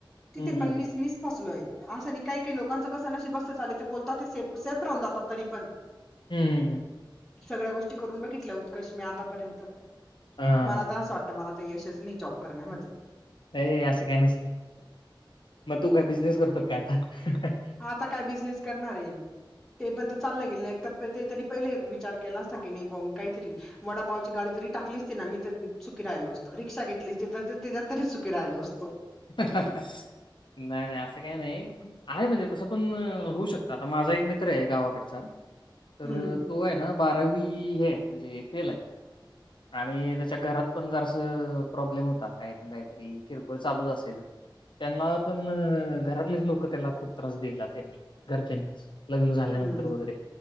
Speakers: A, in the centre; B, on the left.
A: तिथे
B: हं, हं, हं,
A: पणं
B: हं,
A: मी
B: हं,
A: मिस फसलोयं असं नाहीं कांहीं कांहीं लोकांचं कसं नशीब बसतं ले ते बोलतातं ते से सेप राहूंन जातांत तरी पणं
B: हम्मं
A: सगळ्यां गोष्टी करूंन बघितल्यां उत्कर्ष मी आतांपर्यंत
B: हां,
A: मलां
B: हां.
A: आ तरं असं वाटतं मलां तंर यंशचं नाहीं जॉब करण्यांमध्ये
B: अ असे कायं नस्ते मंग तूं कायं बिझनेस करतों कायं आतां
A: आतां कायं बिझनेसं करणारं आहे ते पणं तरं चालेयं गेलं एक तरं ते तरी पहिले विचार केलां असतां की नाहीं बां कांहीतरी वडांपावची गांडी तरी टाकलीचं ती नां मी सुखीरांयलो असतो रिक्षां घेतली तरं ते त्यांच्या तरीचं चं सुखीरांयलो असतों
B: हां- हां नाहीं नाहीं असं कांहीं नाहीं आहे म्हणजे तसं पणं अ होऊं शकतं आतां माझां एक मित्र आहे गांवाकडचां तरं
A: हम्म
B: तो आहे नां बारावी हे म्हणजे फेल आहे आणि त्यांच्या घरांत पणं जरं असं प्रॉब्लेम होतां कांहीं पणं कांहीतरी किरकोळ चालूंच असेलं त्यांनां पणं घरांतलेचं लोकं त्यांला खूंप त्रास दिलां त्यांनी घरच्यांनीचं लग्नं झाल्यानंतर
A: हम्म
B: वगैरें